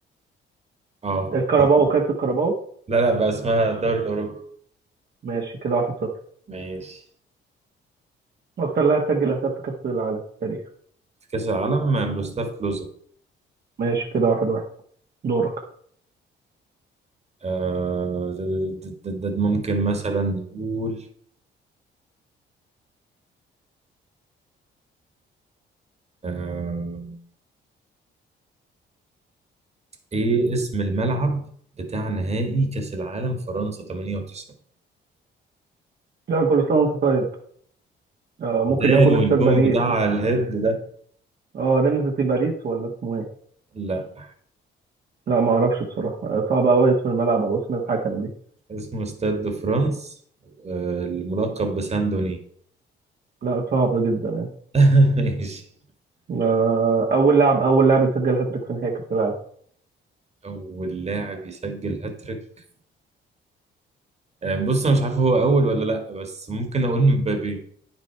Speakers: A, on the right; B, on the right.
A: اه
B: الكاراباو اه كأس الكاراباو
A: لا لا بقى اسمها الدوري الأوروبي
B: ماشي كده واحد صفر
A: ماشي
B: أكتر لاعب سجل أهداف في كأس العالم في التاريخ
A: في كأس العالم مع ميروسلاف كلوزا
B: ماشي كده واحد واحد دورك
A: آه، د- د- د- د- د- ممكن مثلا نقول آه، ايه اسم الملعب بتاع نهائي كأس العالم فرنسا 98
B: لا كل سنة وأنت طيب آه ممكن
A: زيدان
B: يكون
A: والجون
B: استاد باريس
A: بتاع
B: مثلا
A: الهيد ده
B: أه رمزة باريس ولا اسمه إيه؟
A: لا
B: لا ما أعرفش بصراحة آه، صعب أوي اسم الملعب أو اسم الحكم دي.
A: اسمه استاد دو فرانس آه، الملقب بساندوني
B: لا صعب جدا يعني
A: <laughs> ماشي
B: آه، أول لاعب أول لاعب يسجل هاتريك في نهائي كأس العالم
A: اول لاعب يسجل هاتريك آه، بص انا مش عارف هو اول ولا لا بس ممكن اقول مبابي